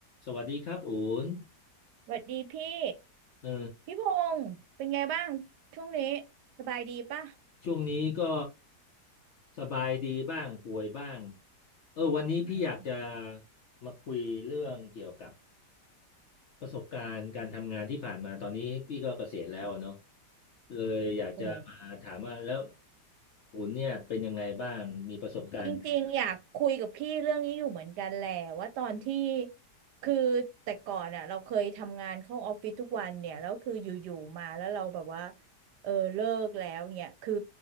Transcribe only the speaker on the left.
สวัสดีครับอูน
เออ
ช่วงนี้ก็สบายดีบ้างป่วยบ้างเออวันนี้พี่อยากจะ
มาคุยเรื่องเกี่ยวกับประสบการณ์การทำงานที่ผ่านมาตอนนี้พี่ก็เกษียณแล้วอะเนาะเลยอยากจะมาถามว่าแล้ว
อูนเนี่ยเป็นยังไงบ้างมีประสบการณ์ไหนบ้าง